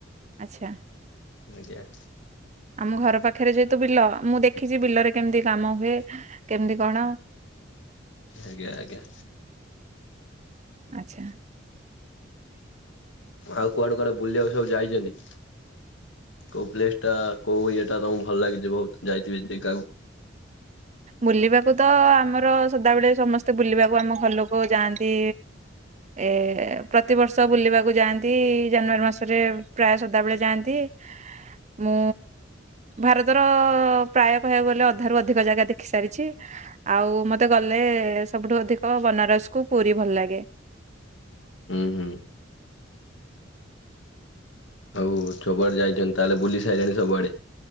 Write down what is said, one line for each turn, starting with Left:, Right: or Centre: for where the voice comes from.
Right: ଆଚ୍ଛା।
Left: ଆଜ୍ଞା।
Right: ଆମ ଘର ପାଖରେ ଯେହେତୁ ବିଲ ମୁଁ ଦେଖିଛି ବିଲରେ କେମିତି କାମ ହୁଏ କେମିତି କଣ
Left: ଆଜ୍ଞା ଆଜ୍ଞା।
Right: ଆଚ୍ଛା।
Left: ଆଉ କୁଆଡେ କୁଆଡେ ବୁଲିବାକୁ ସବୁ ଯାଇଚନ୍ତି? କୋଉ ପ୍ଲେସ୍ ଟା କୋଉ ଇଏଟା ତମକୁ ଭଲ ଲାଗିଚି ବୋହୁତ୍, ଯାଇଥିବେ ଜଦୀ କି ଆଉ?
Right: ବୁଲିବାକୁ ତ ଆମର ସଦାବେଳେ ସମସ୍ତେ ବୁଲିବାକୁ ଆମ ଘର ଲୋକ ଯାଆନ୍ତି। ଏ ପ୍ରତିବର୍ଷ ବୁଲିବାକୁ ଯାଆନ୍ତି। ଜାନୁୟାରୀ ମାସରେ ପ୍ରାୟ ସଦାବେଳେ ଯାଆ ଦେ ମୁଁ ଭାରତର ପ୍ରାୟ କହିବାକୁ ଗଲେ ଅଧାରୁ ଅଧିକ ଜାଗା ଦେଖି ଦେଖି ସାରିଛି। ଆଉ ମତେ ଗଲେ, ସବୁଠୁ ଅଧିକ ବନାରସ କୁ ପୁରୀ ଭଲ ଲାଗେ।
Left: ଉଁ ହୁଁ। ଓ ସବୁଆଡେ ଯାଇଚନ୍ତି ତାହେଲେ, ବୁଲି ସାଇଲେଣି ସବୁଆଡେ?